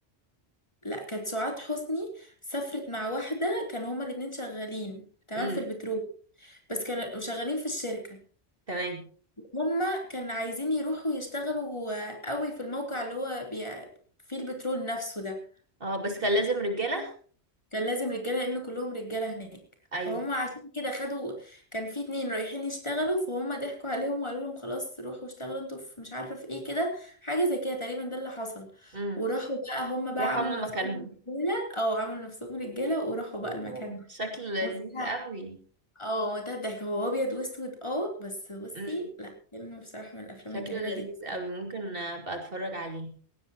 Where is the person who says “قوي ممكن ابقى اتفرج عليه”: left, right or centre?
Right